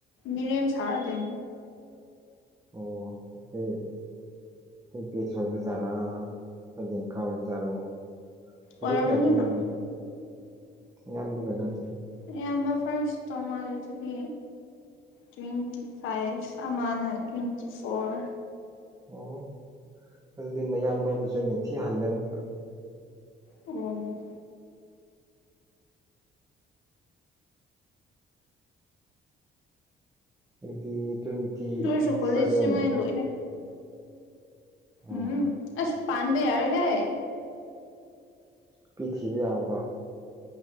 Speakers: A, on the left; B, on the right.
A: ꯃꯤꯔꯦꯝ ꯁꯥꯔ ꯂꯩ
B: ꯑꯣ ꯑꯩ ꯑꯩꯈꯣꯏ ꯕꯦꯁꯠ ꯑꯣꯏꯕ ꯖꯥꯔꯥ ꯑꯩꯈꯣꯏ ꯂꯦꯡꯀꯥ ꯑꯣꯏꯕꯖꯥꯔꯣ ꯆꯍꯤ
A: ꯑꯣꯏꯔꯝꯒꯅꯤꯅ
B: ꯀꯌꯥ ꯈꯦꯠꯅꯒ‌ꯦ ꯅꯌꯥꯝꯕꯒ ꯅꯪꯁ‌ꯦ
A: ꯑꯌꯥꯝꯕ ꯐꯥꯔꯁꯇꯣ ꯃꯥꯗ‌ꯣ ꯆꯍꯤ ꯇ꯭ꯋꯦꯟꯇꯤ ꯐꯥꯏꯚ ꯑꯃꯅ ꯇ꯭ꯋꯦꯟꯇꯤ ꯐꯣꯔ
B: ꯑꯣ ꯑꯗꯨꯗꯤ ꯅꯌꯥꯝꯕꯕꯨꯁꯨ ꯑꯩꯅ ꯊꯤ ꯍꯜꯂꯦ ꯑꯃꯨꯛꯀ
A: ꯑꯣ
B: ꯑꯩꯗꯤ ꯇ꯭ꯋꯦꯟꯇꯤ
A: ꯑꯗꯨ ꯑꯣꯏꯔꯁꯨ ꯀꯣꯂꯦꯖꯁꯤ
B: ꯁꯚꯦꯟ
A: ꯃꯣꯏ ꯂꯣꯏꯔꯦ
B: ꯑꯣ
A: ꯎꯝ ꯑꯁ ꯄꯥꯥꯟꯕ ꯌꯥꯔꯦ ꯍꯦ
B: ꯄꯤ ꯊꯤꯕ ꯌꯥꯔꯕꯣ